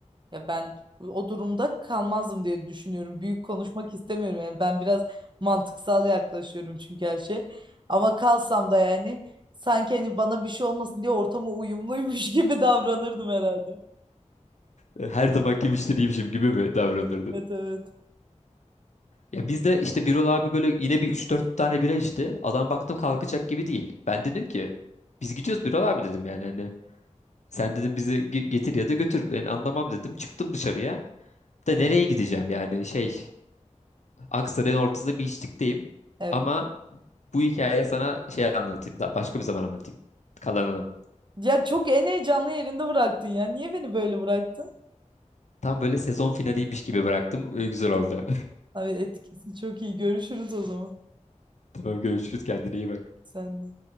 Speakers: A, on the right (about 40°); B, on the left (about 65°).
A: Ya ben o durumda kalmazdım diye düşünüyorum. Büyük konuşmak istemiyorum yani. Ben biraz mantıksal yaklaşıyorum çünkü her şey. Ama kalsam da yani sanki hani bana bir şey olmasın diye ortama uyumluymuş <laughs> gibi davranırdım herhalde.
B: E, Her zamanki müşteriymişim gibi mi davranırdın?
A: Evet evet.
B: Ya biz de işte Birol abi böyle yine bir üç dört tane bira içti. Adam baktım kalkacak gibi değil. Ben dedim ki biz gidiyoruz Birol abi dedim yani hani Sen dedim bizi ge- getir ya da götür. Ben anlamam dedim. Çıktım dışarıya. Da nereye gideceğim yani şey. Aksaray'ın ortasında bir içlikteyim.
A: Evet.
B: Ama bu hikayeyi sana şey anlatayım. Daha başka bir zaman anlatayım. Kalanını.
A: Ya çok en heyecanlı yerinde bıraktın ya. Niye beni böyle bıraktın?
B: Tam böyle sezon finaliymiş gibi bıraktım. Ee, Güzel oldu.
A: Abi etkisi çok iyi. Görüşürüz o zaman.
B: <laughs> Tamam görüşürüz. Kendine iyi bak.
A: Sen de.